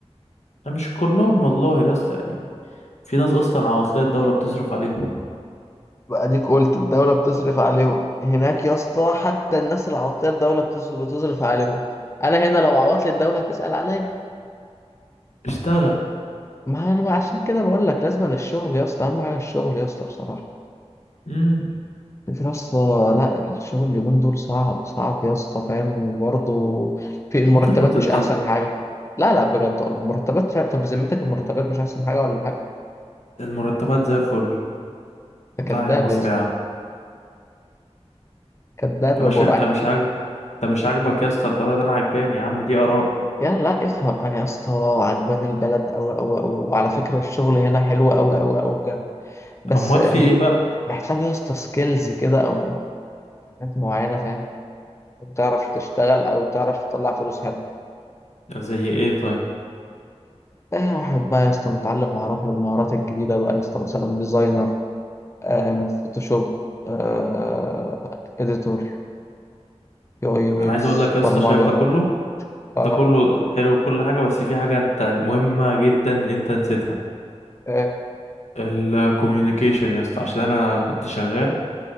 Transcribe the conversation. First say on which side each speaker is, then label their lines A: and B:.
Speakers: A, on the left; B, on the left.
A: مش كلهم والله يا اسطى يعني في ناس أصلا عواطلية الدولة بتصرف عليهم
B: بقى اديك قلت الدولة بتصرف عليهم هناك يا اسطى حتى الناس العواطيه الدولة بتص- بتصرف عليهم أنا هنا لو عوضت لي الدولة هتسأل عليا
A: اشتغل
B: ما أنا عشان كده بقول لك لازم الشغل يا اسطى أهم حاجة الشغل يا اسطى بصراحة
A: امم
B: يا اسطى لا الشغل اليومين دول صعب صعب يا اسطى فاهم وبرضه في المرتبات
A: انت اللي بتدل
B: مش احسن حاجه لا لا بجد والله المرتبات فعلا طب بذمتك المرتبات مش احسن حاجه ولا حاجه
A: المرتبات زي الفل
B: انت
A: بتاع
B: كداب
A: يا مصر
B: يا اسطى
A: يا عم
B: كداب
A: يا
B: يا
A: باشا
B: برعي
A: انت مش عاجب انت مش عاجبك يا اسطى البلد انا عجباني يا عم دي آراء
B: يعني لا افهم انا يا اسطى عجباني البلد اوي اوي اوي وعلى فكره الشغل هنا حلو اوي اوي اوي بجد بس
A: أمال في ايه بقى
B: محتاج يا اسطى سكيلز كده او حاجات معينه فاهم تعرف تشتغل او تعرف تطلع فلوس حلو
A: زي ايه طيب
B: تاني واحد بقى يا اسطى متعلم مهارات من المهارات الجديدة بقى يا اسطى مثلا ديزاينر آم، فوتوشوب آه، اديتور يو اي يو
A: انا
B: اكس
A: عايز اقول لك يا اسطى
B: برمجة
A: شايف ده كله
B: اه
A: ده كله حلو كل حاجة بس في حاجة انت مهمة جدا انت نسيتها
B: آه،
A: الكوميونيكيشن يا اسطى عشان انا كنت شغال